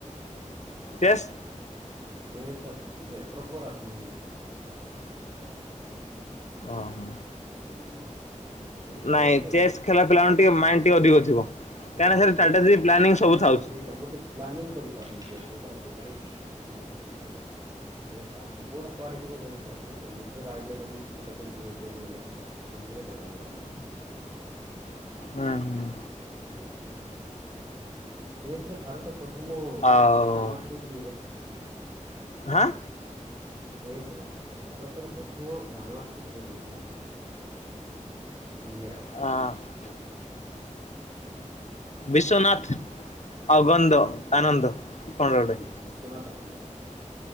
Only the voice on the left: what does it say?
ଚେସ?
ଓ ହୋ
ନାଇଁ
ଚେସ୍ ଖେଳ ପିଲା ଟିକେ ମାଇଣ୍ଡ ଟିକେ ଅଧିକ ଥିବ। କାହିଁକିନା
ସୋଜି ପ୍ଲାନିଂ ସବୁ ଥାଉଛି।
ହୁଁ ହୁଁ
ଆଉ
ହଁ
ହଁ ବିଶ୍ଵନାଥ ଅଗନ୍ଦ ଆନନ୍ଦ କଣ ଗୋଟେ